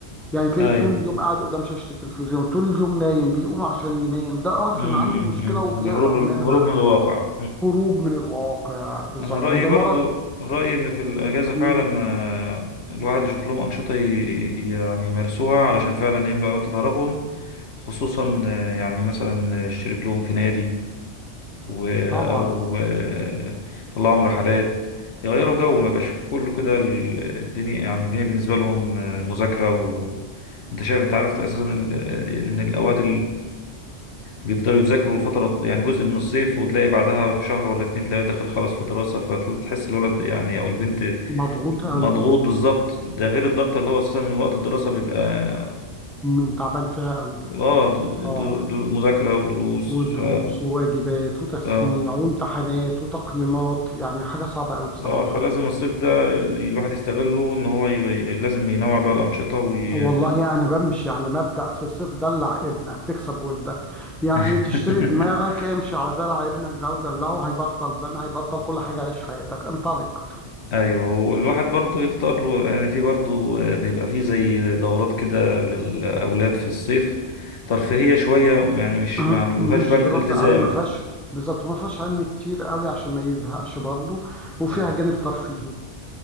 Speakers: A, in the centre; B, on the left.
A: يعني تلاقيه
B: ايوه
A: طول اليوم قاعد قدام شاشة التلفزيون طول اليوم نايم بيقوم عشان ينام ده أعرف
B: امم
A: إن عنده مشكلة وبيهرب
B: الهروب
A: منها
B: الهروب من الواقع
A: هروب من الواقع بالظبط
B: انا رايي
A: وده
B: برضو
A: مرض
B: رايي ان في الاجازه فعلا
A: مم،
B: آه، الواحد يشوف لهم انشطه ي- ي- يعني يمارسوها علشان فعلا يملى وقت فراغهم خصوصا آه، يعني مثلا يشترك لهم في نادي و
A: طبعا
B: او آه، يطلعهم رحلات يغيروا جو ما يبقاش كله كده ال- الدنيا يعني الدنيا بالنسبه لهم آه، مذاكره و انت شايف انت عارف اساسا ال- آه، ان الاوقات بيفضلوا يذاكروا فترة يعني جزء من الصيف وتلاقي بعدها بشهر ولا اتنين تلاقيه داخل خلاص في الدراسة فتحس الولد يعني أو البنت
A: مضغوط
B: مضغوط
A: قوي
B: بالظبط ده غير الضغط اللي هو أساسا وقت الدراسة بيبقى
A: م- تعبان فيها قوي
B: اه
A: اه
B: دو دو مذاكرة ودروس
A: ودروس
B: ف...
A: وواجبات وتسميع
B: ف... اه
A: وامتحانات وتقييمات يعني حاجة صعبة قوي بصراحة
B: آه، فلازم الصيف ده الواحد يستغله إن هو ي... لازم ينوع بقى الأنشطة وي...
A: والله أنا بمشي على مبدأ في الصيف دلع ابنك تكسب ودك يعني
B: <laughs>
A: تشتري دماغك امشي على دلع ابنك ده ودلعه هيبطل زن هيبطل كل حاجة عيش حياتك انطلق
B: ايوه والواحد برضو يختار له يعني في برضو آه، بيبقى في زي دورات كده للاولاد في الصيف ترفيهيه شويه يعني مش
A: <clears throat>
B: مع ما فيهاش
A: مش
B: بقى
A: دراسة
B: الالتزام
A: قوي ما فيهاش بالظبط ما فيهاش علم كتير قوي عشان ما يزهقش برضه وفيها
B: أيوة.
A: جانب ترفيهي